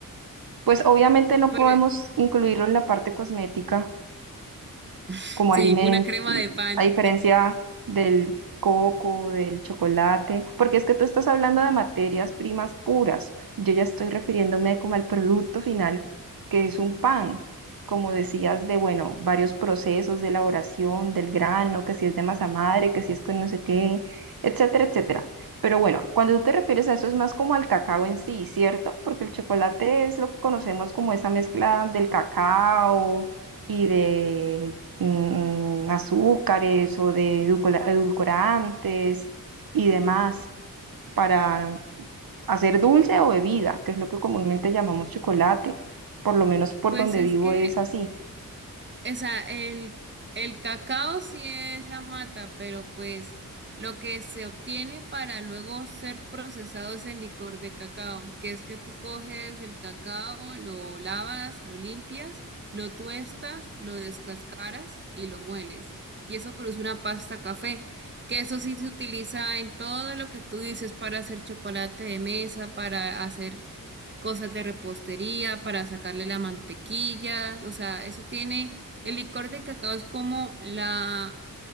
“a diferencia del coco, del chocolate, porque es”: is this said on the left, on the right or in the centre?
Right